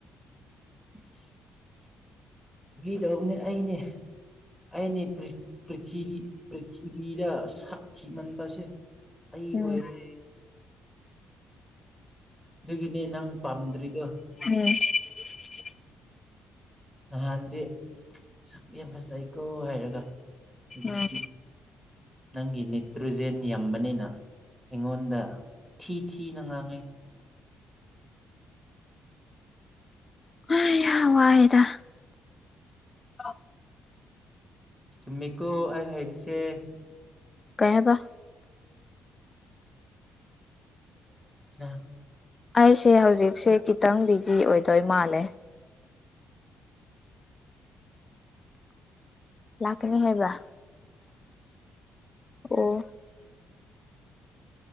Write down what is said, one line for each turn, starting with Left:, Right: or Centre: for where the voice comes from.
Centre: <unintelligible> ꯒꯤ ꯗꯧꯕꯅꯦ ꯑꯩꯅꯦ ꯑꯩꯅꯦ ꯄ꯭ꯔꯤꯊꯤ ꯄ꯭ꯔꯤꯊꯤꯕꯤꯗ ꯁꯥꯊꯤꯃꯟꯕꯁꯦ ꯑꯩ
Left: ꯎꯝ
Centre: ꯑꯣꯏꯔꯦ ꯑꯗꯨꯒꯤꯅꯦ ꯅꯪ ꯄꯥꯝꯗ꯭ꯔꯤꯗꯣ
Left: <inaudible>
Centre: ꯅꯍꯥꯟꯗꯤ ꯁꯛ ꯌꯥꯝ ꯐꯖꯩ ꯇꯣ ꯍꯥꯏꯔꯒ ꯍꯨꯖꯤꯛꯇꯤ
Left: ꯎꯝ
Centre: ꯅꯪꯒꯤ ꯅꯤꯠꯇ꯭ꯔꯣꯖꯦꯟ ꯌꯥꯝꯕꯅꯤꯅ ꯑꯩꯉꯣꯟꯗ ꯊꯤ ꯊꯤꯅ ꯉꯥꯡꯉꯦ
Left: ꯍꯩ ꯍꯥ ꯋꯥꯏꯌꯦꯗ <inaudible>
Centre: ꯆꯨꯝꯃꯤꯀꯣ ꯑꯩ ꯍꯥꯏꯔꯤꯁꯦ
Left: ꯀꯩ ꯍꯥꯏꯕ
Centre: ꯌꯥ
Left: ꯑꯩꯁꯦ ꯍꯧꯖꯤꯛꯁꯦ ꯈꯤꯇꯪ ꯕꯤꯖꯤ ꯑꯣꯏꯗꯣꯏ ꯃꯥꯜꯂꯦ ꯂꯥꯛꯀꯅꯤ ꯍꯥꯏꯕ꯭ꯔ ꯑꯣ <inaudible>